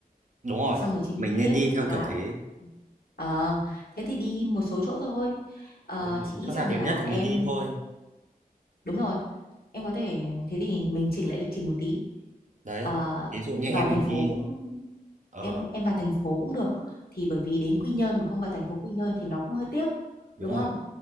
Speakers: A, on the right (about 55°); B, on the left (about 80°).
A: Đúng rồi.
B: xong rồi chị mới
A: Mình
B: đi
A: nên
B: tiếp
A: đi theo
B: hoặc
A: kiểu
B: là
A: thế.
B: ờ, thế thì đi một số chỗ thôi Ờ,
A: Đúng rồi.
B: chị nghĩ
A: Chỗ
B: rằng
A: nào đẹp
B: là
A: nhất
B: em
A: thì mình đi thôi.
B: đúng rồi em có thể thế thì mình chỉnh lại lịch trình một tí
A: Đấy.
B: Ờ,
A: Thí dụ như
B: vào
A: em
B: thành
A: mà
B: phố
A: đi
B: cũng
A: ờ
B: em em vào thành phố cũng được thì bởi vì đến Quy Nhơn mà không vào thành phố Quy Nhơn thì nó cũng hơi tiếc
A: đúng
B: đúng
A: rồi.
B: không